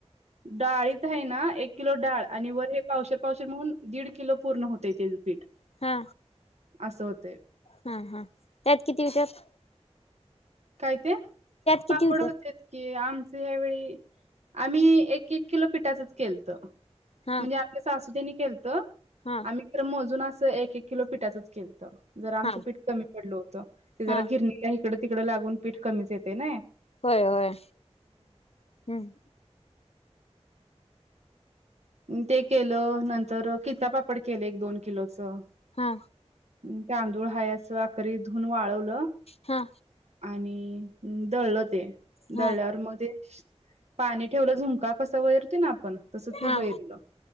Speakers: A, on the right (about 70°); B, on the left (about 60°).
A: डाळीत आहे ना एक किलो डाळ आणि वर पावश पावश म्हणून दीड किलो पूर्ण होतं ते पीठ
B: हा
A: असं होतेय.
B: हा हा त्यात किती विचार
A: काय ते
B: किती
A: पापड
B: होत्यात
A: होत की आमच ह्यावेळी आम्ही एक एक किलो पिठाचच केलत.
B: हा
A: म्हणजे आमच्या सासू त्यांनी केलत.
B: हा
A: आम्ही तर मोजून असं एक एक किलो पिठाचच केल. जरा आमचं
B: हा
A: पीठ कमी पडलं होतं. ते जरा
B: हा
A: गिरणीला इकडं तिकड लागून पीठ कमीच येते ना.
B: होय होय हम्म.
A: ते केलं नंतर कि्चापापड केलं एक दोन किलोच. हम
B: हा
A: तांदूळ हा अस अकरी धुन वाळवलं.
B: हा
A: आणि दळल ते
B: हा
A: दळ्यावर मग ते पाणी ठेवलं झुंका कसा वैरतोय ना आपण ते
B: हा
A: वैरलं